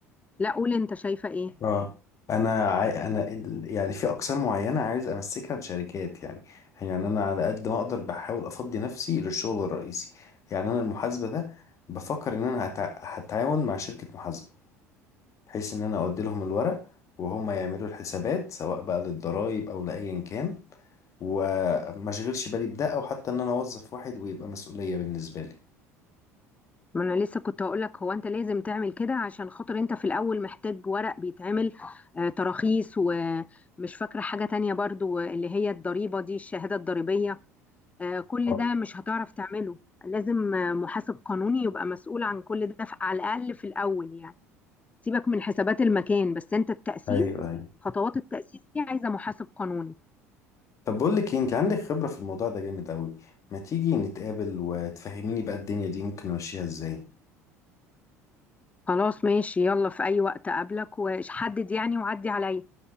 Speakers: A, on the left (about 15°); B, on the left (about 40°).
A: لا قول انت شايفة ايه
B: اه انا عاي... انا ال- يعني في اقسام معينه عايز امسكها لشركات يعني يعني انا على قد ما اقدر بحاول افضي نفسي للشغل الرئيسي يعني انا المحاسبه ده بفكر ان انا هتع... هتعاون مع شركه محاسبه بحيث ان انا اودي لهم الورق وهم يعملوا الحسابات سواء بقى للضرائب او لايا كان وما اشغلش بالي بده او حتى ان انا اوظف واحد ويبقى مسؤوليه بالنسبه لي
A: ما انا لسه كنت هقول لك هو انت لازم تعمل كده عشان خاطر انت في الاول محتاج ورق بيتعمل آه تراخيص ومش فاكرة حاجة تانية برضو اللي هي الضريبة دي الشهادة الضريبية آه كل
B: آه.
A: ده مش هتعرف تعمله لازم آه، محاسب قانوني يبقى مسؤول عن كل ده في- على الاقل في الاول يعني سيبك من حسابات المكان بس انت التأسيس
B: ايوه ايوه
A: خطوات التأسيس دي عايزة محاسب قانوني
B: طب بقول لك ايه انت عندك خبرة في الموضوع ده جامد قوي ما تيجي نتقابل وتفهميني بقى الدنيا دي ممكن امشيها ازاي
A: خلاص ماشي يلا في أي وقت أقابلك وحدد يعني وعدي عليا